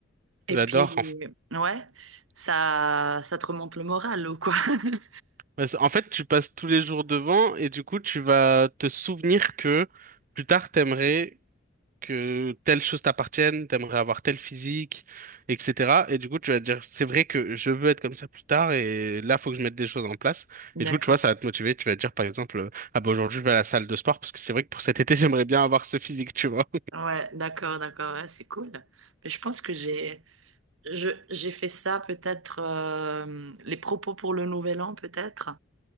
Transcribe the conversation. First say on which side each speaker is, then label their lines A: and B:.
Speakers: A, on the right (about 80°); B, on the right (about 40°).
A: Et
B: J'adore.
A: puis, ouais, ça, ça te remonte le moral ou quoi? <laughs>
B: Parce- En fait, tu passes tous les jours devant et du coup, tu vas te souvenir que plus tard, t'aimerais que telle chose t'appartienne, t'aimerais avoir tel physique, etc. Et du coup, tu vas te dire, c'est vrai que je veux être comme ça plus tard et là, faut que je mette des choses en place.
A: D'accord.
B: Et du coup, tu vois, ça va te motiver. Tu vas te dire, par exemple, ah bah aujourd'hui, je vais à la salle de sport parce que c'est vrai que pour cet été, <laughs> j'aimerais bien avoir ce physique, tu vois.
A: Ouais, d'accord, d'accord. ouais, c'est cool. Mais je pense que j'ai, je, j'ai fait ça peut-être euh, les propos pour le nouvel an peut-être.